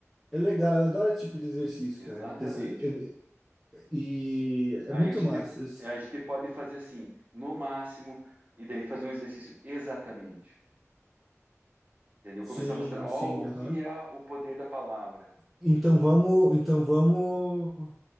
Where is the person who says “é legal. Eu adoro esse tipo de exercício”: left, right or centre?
Centre